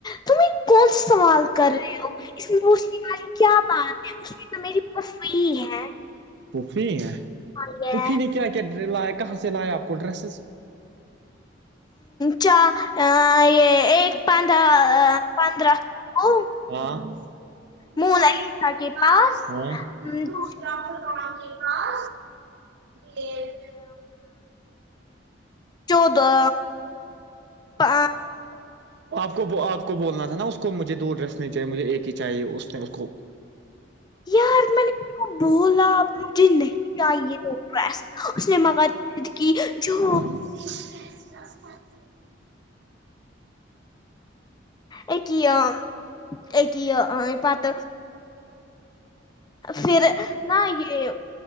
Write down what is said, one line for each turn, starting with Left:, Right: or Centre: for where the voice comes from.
Left: تمہیں کون س سوال کر رہے ہو اسچ کیا بات ہے اس کی تو میری پفی ہے
Right: پفی ہیں
Left: اور یہ
Right: پفی نے کیا کیا لا کہاں سے لایا آپ کو ڈریسز
Left: چ یہ ایک پندرہ پندرہ کو
Right: ہاں
Left: مون عیسا کے پاس م، دو
Right: ام کے پاس یہ
Left: چودہ پانچ
Right: آ کو بولنا تھا نا اس کو مجھے دو ڈریس نہیں چاہیے مجھے ایک ہی چاہیے اس نے اس کو
Left: یار میں نے بولا آپ جی نہیں آئیے دو پس اس نے مگ کی جو
Right: <unintelligible>
Left: ایک ہی یہ ایک ہی یہ یہ بات پھر ن یہ